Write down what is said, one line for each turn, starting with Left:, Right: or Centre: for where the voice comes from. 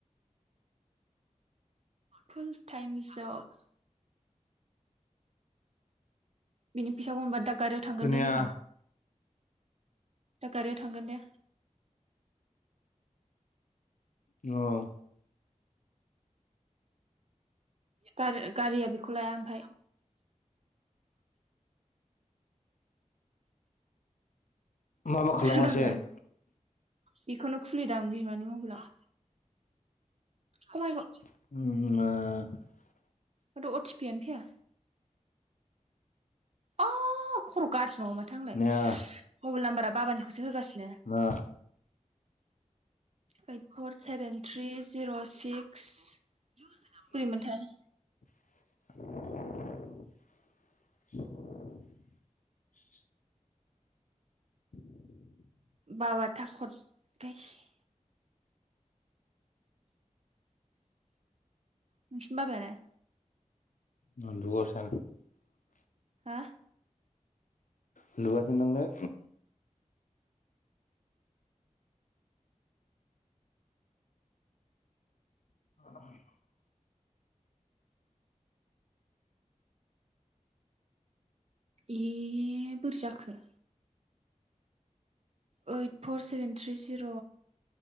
Right: फुल टाइम जब बिदिनि फैसाखौ मोनबा दा गारियाव थांगोन
Left: खोनाया
Right: दे जोंहा। दा गारियाव थांगोन दे।
Left: औ
Right: गार गारिया बेखौ लाया ओमफाय।
Left: मा मा खालामगासिनो?
Right: खोनाबाय बेखौनो खुलिदां बिमानि मबाइलाव।
Left: <inaudible>
Right: अ माय गद
Left: <inaudible>
Right: माथो अ टि पि आनो फैया। आ खर' गा ज्रि नंङा माथो आंलाय
Left: खोनाया
Right: मबेल नाम्बार बाबानिखौसो होगासि नो
Left: मा
Right: ओइट फर सेभेन थ्रि जिर'। सिक्स बोरैमोनथाय?
Left: <inaudible> <inaudible>
Right: बाबा था कत गायसे नोंसिनि बाबायालाय?
Left: <unintelligible>
Right: हा
Left: उन्दुगासिनो दंलै। <inaudible>
Right: ए बोरै जाखो? ओइट फर सेभेन थ्रि जिर'